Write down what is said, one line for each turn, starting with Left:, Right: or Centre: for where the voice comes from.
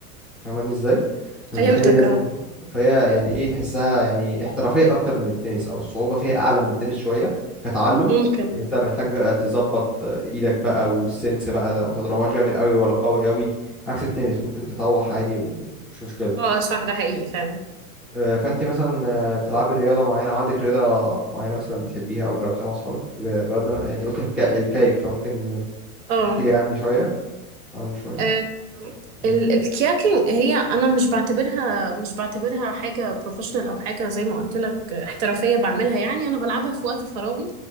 Centre: فاهماني ازاي فبالتالي
Right: فهمتك
Centre: لازم
Right: اه
Centre: فهي يعني ايه تحسها يعني احترافيه اكتر من التنس او الصعوبه فيها اعلى من التنس شويه كتعلم
Right: ممكن
Centre: ان انت محتاج تظبط ايدك بقى والسنس بقى ما تضربهاش جامد قوي ولا قوي قوي عكس التنس ممكن تطوح عادي ومش مشكله
Right: اه صح ده حقيقي فعلا
Centre: آه، فانت مثلا آه، بتلعبي رياضه معينه او عندك رياضه معينه مثلا بتحبيها او جربتيها مع اصحابك بج- بجد انا انت قلت الك- الكايك فممكن
Right: اه
Centre: تحكي لي عني شويه عنه شويه
Right: آه،
Centre: امم
Right: ال- الكياكينج هي انا مش بعتبرها مش بعتبرها حاجه بروفيشنال او حاجه زي ما قلت لك آه، احترافيه بعملها يعني انا بلعبها في وقت فراغي